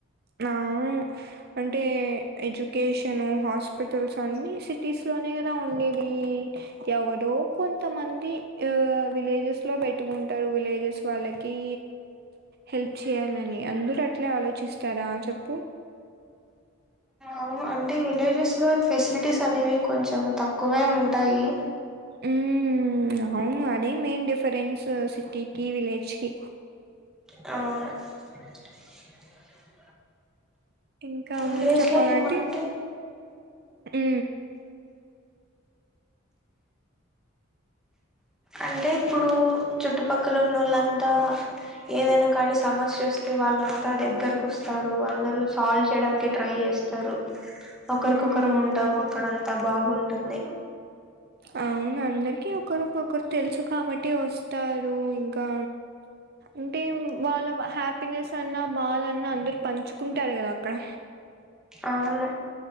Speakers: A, on the right; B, in the centre.
A: నా అంటే ఎడ్యుకేషన్ <inaudible> హాస్పిటల్స్ అన్ని సిటీస్ లోనే కదా ఉండేవి ఎవరో కొంతమంది విలేజెస్ లో పెట్టుకుంటారు విలేజెస్ వాళ్ళకి హెల్ప్ చే చేయాలని అందరుూ అట్లే ఆలోచిస్తారా చెప్పు
B: అవును అంటే విలేజెస్ లో ఫెసిలిటీస్ అనేవి కొంచెం తక్కువే ఉంటాయి
A: ఉమ్ అవును అదే మెయిన్ డిఫరెన్స్ సిటీకి ఈ విలేజ్ కి
B: ఆ <inaudible>
A: ఇంకానూ
B: విలేజ్
A: చెప్పాలంటె
B: లో ఏమంటే
A: ఊ
B: అంటే ఇప్పుడూ చుట్టుపక్కల ఉన్నోళ్ళంతా ఏదైనా కానీ సమస్య వస్తే వాళ్ళంతా దగ్గరకొ స్తారూ అందరూ సాల్వ్ చేయడానికి ట్రై చేస్ చేస్తారు తరు ఒకరికొకరం
A: ఉమ్
B: ఉంటాము అక్కడంత్ త బాగుంటుంది
A: అవ్ను అందరికి ఒకరికొకరు తెల్సు కాబట్టి వస్తారూ ఇంకా అంటే వాళ్ళ హ్యాపినెస్ కన్నా బాధన్నా అందురు పంచుకుంటారు కదా అక్కడ
B: అవును